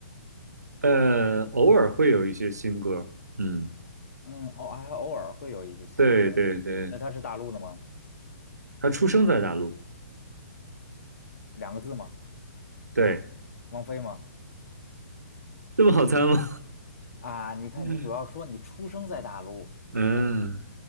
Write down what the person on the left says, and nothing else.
嗯，哦，还偶尔会有一些新歌。
那他是大陆的吗？
两个字吗？
王菲吗？
啊，你看，
你主要说你出生在大陆。